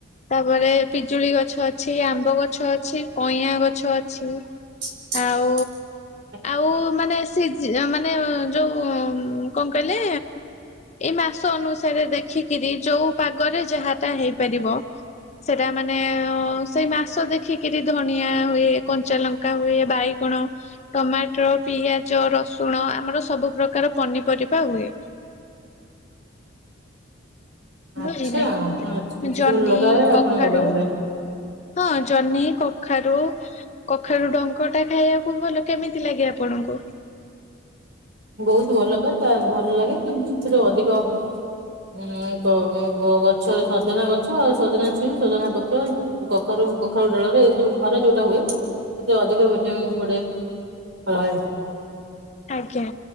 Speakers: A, on the left (about 35°); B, on the right (about 65°).
A: ତାପରେ ପିଜୁଳି ଗଛ ଅଛି ଆମ୍ବ ଗଛ ଅଛି କଇଁ ଗଛ ଅଛି।
B: <inaudible>
A: ଆଉ ଆଉ ମାନେ ସେ ମାନେ ଯୋଉ କଣ କହିଲେ? ଏଇ ମାସ ଅନୁସାରେ ଦେଖିକିରି ଯୋଉ ପାଗରେ ଯାହାଟା ହେଇପାରିବ। ସେଟା ମାନେ ସେଇ ମାସ ଦେଖିକିରି ଧଣିିଆ ହୁଏ କଞ୍ଚାଲଙ୍କା କା ହୁଏ ବାଇ କଣ ଟମାଟର ପିଆଜ ରସୁଣ ଆମର ସବୁ ପ୍ରକାର ପନିପରିବା ହୁଏ।
B: ଆଚ୍ଛା
A: ବୁଝିଲେ
B: ଆପଣ କିଛି
A: ଜହ୍ନି
B: ସବୁ ଲଗା
A: କଖାରୁ
B: ଆପଣଙ୍କ ବାହରେ
A: ହଁ ଜହ୍ନି କଖାରୁ। କଖାରୁ ଡଙ୍କ ଟା ଖାଇବାକୁ ଭଲ କେମିତି ଲାଗେ ଆପଣଙ୍କୁ।
B: ବହୁତ ଭଲ ପାଏ ତା ଭଲ ଲାଗେ କିନ୍ତୁ ସେଥିରେ ଅଧିକ। ଉଁ ଗଛ ସଜନା ଗଛ ଆଉ ସଜନା ଛୁଇ ସଜନା ପତ୍ର। କଖାରୁ କଖାରୁ ଡଳରେ ଏ ସବୁ ଘର ଯୋଉଟା ହୁଏ। ସେଥିରେ ଅଧିକ ଭିଟାମିନ୍ କୁଡ଼େଇ ରହେ।
A: ଆଜ୍ଞା।